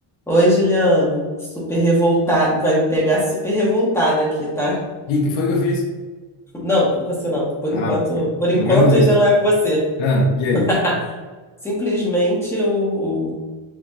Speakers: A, in the centre; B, on the left.
A: Oi, Juliano. Super revoltada. Vai me pegar super revoltada aqui, tá?
B: E que foi que eu fiz?
A: Não, não é com você não. Por
B: Ah,
A: enquanto, por
B: pelo
A: enquanto
B: menos isso.
A: ainda não é com você.
B: Ah, e aí?
A: <laughs> Simplesmente eu